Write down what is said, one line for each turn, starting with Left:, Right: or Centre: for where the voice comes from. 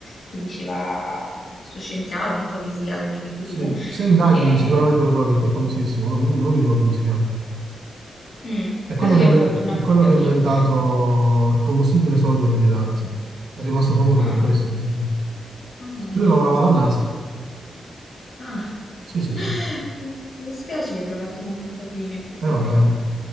Left: che diceva questo scienziato, non so chi sia, che mi hai detto
Right: sì.
Left: tu,
Right: Se indaghi
Left: E-
Right: sicuramente lo trovi perché è famosissimo, non, non mi ricordo come si chiama.
Left: mm,
Right: È
Left: peccato
Right: quello
Left: che
Right: che, inve-
Left: abbia avuto una
Right: è
Left: brutta
Right: quello che
Left: fine,
Right: ha inventato il combustibile solido per i razzi. È rimasto famoso
Left: Ah,
Right: per questo. praticamente.
Left: mamma mia,
Right: Lui lavorava alla NASA.
Left: Ah.
Right: Sì, sì,
Left: <laughs>
Right: sì. E
Left: Mi mi spiace che abbia fatto una brutta fine effettivamente.
Right: vabbè, oh.